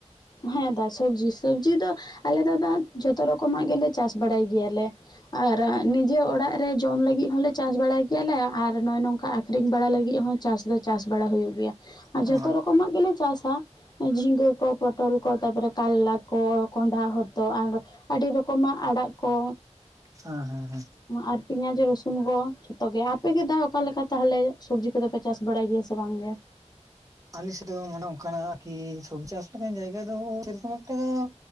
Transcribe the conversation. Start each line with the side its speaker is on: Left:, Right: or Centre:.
Left: ᱦᱮᱸ ᱫᱟ ᱥᱚᱵᱡᱤ ᱥᱚᱵᱡᱤ ᱫᱚ ᱟᱞᱮ ᱫᱚ, ᱫᱟ ᱡᱷᱚᱛᱚ ᱨᱚᱠᱚᱢᱟᱜ ᱜᱮᱞᱮ ᱪᱟᱥ ᱵᱟᱲᱟᱭ ᱜᱮᱭᱟᱞᱮ ᱾ ᱟᱨ ᱱᱤᱡᱮ ᱚᱲᱟᱜ ᱨᱮ ᱡᱚᱢ ᱞᱟᱹᱜᱤᱜ ᱦᱚᱸᱞᱮ, ᱪᱟᱥ ᱵᱟᱲᱟᱭ ᱜᱮᱭᱟᱞᱮ ᱟᱨ ᱱᱚᱚᱸᱭ ᱱᱚᱝᱠᱟ ᱟᱠᱷᱨᱤᱧ ᱵᱟᱲᱟ ᱞᱟᱹᱜᱤᱫ ᱦᱚᱸ, ᱪᱟᱥ ᱫᱚ ᱪᱟᱥ ᱵᱟᱲᱟ ᱦᱳᱭᱳᱜ ᱜᱮᱭᱟ ᱾ ᱟᱨ
Right: ᱚ
Left: ᱡᱚᱛᱚ
Right: ᱦᱮᱸ
Left: ᱨᱚᱠᱚᱢᱟᱜ ᱜᱮᱞᱮ ᱪᱟᱥᱟ, ᱡᱷᱤᱸᱜᱟᱹ ᱠᱚ ᱯᱚᱴᱚᱞ ᱠᱚ, ᱛᱟᱯᱚᱨᱮ ᱠᱟᱨᱞᱟ ᱠᱚ, ᱠᱚᱸᱦᱰᱷᱟ ᱦᱚᱛᱚ, ᱟᱨ ᱟᱹᱰᱤ ᱨᱚᱠᱚᱢᱟᱜ ᱟᱲᱟᱜ ᱠᱚ᱾
Right: ᱦᱮᱸ, ᱦᱮᱸ, ᱦᱮᱸ᱾
Left: ᱟᱨ ᱯᱮᱸᱭᱟᱡᱽ ᱨᱟᱹᱚᱥᱩᱱ ᱠᱚ, ᱡᱷᱚᱛᱚ ᱜᱮ ᱟᱯᱮᱜ ᱜᱮ ᱫᱟ ᱚᱠᱟᱞᱮᱠᱟ ᱛᱟᱦᱚᱞᱮ ᱥᱚᱵᱽᱡᱤ ᱠᱚᱫᱚᱯᱮ ᱪᱟᱥᱟ? ᱵᱟᱲᱟᱭ ᱜᱮᱭᱟ ᱥᱮ ᱵᱟᱝ ᱜᱮ?
Right: ᱟᱞᱮᱥᱮᱫ ᱫᱚ ᱢᱟᱱᱮ ᱚᱱᱠᱟᱱᱟᱜ ᱟᱨᱠᱤ, ᱥᱚᱵᱽᱡᱤ ᱪᱟᱥ ᱞᱮᱠᱟᱱ ᱡᱟᱭᱜᱟ ᱫᱚ, ᱥᱮᱨᱚᱠᱚᱢ ᱮᱠᱴᱟ ᱫᱚ